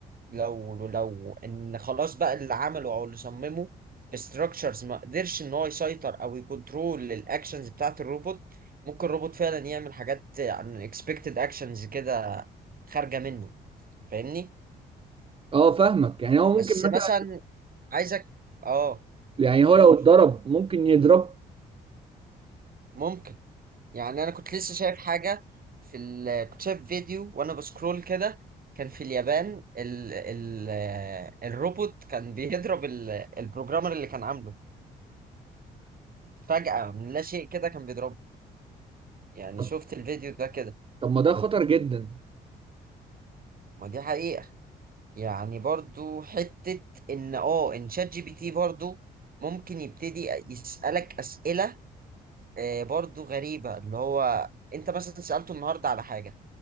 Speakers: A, on the right; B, on the right.
A: لو لو ان خلاص بقى اللي عمله او اللي صممه استراكشرز ما قدرش ان هو يسيطر او يكنترول الاكشنز بتاعت الروبوت ممكن الروبوت فعلا يعمل حاجات unexpected اكشنز كده خارجه منه فاهمني
B: اه فاهمك يعني هو ممكن
A: بس
B: مثلا
A: مثلا عايزك اه
B: يعني هو
A: قول
B: لو اتضرب ممكن يضرب
A: ممكن يعني انا كنت لسه شايف حاجه في ال... كنت شايف فيديو وانا بسكرول كده كان في اليابان ال... ال... الروبوت كان بيضرب ال... البروجرامر اللي كان عامله فجأة من لا شيء كده كان بيضربه يعني
B: طب
A: شفت الفيديو ده كده
B: طب ما ده خطر جدا
A: ما دي حقيقة يعني برضو حتة ان اه ان شات جي بي تي برضو ممكن يبتدي يسألك أسئلة آه، برضو غريبة اللي هو انت مثلا سألته النهاردة على حاجة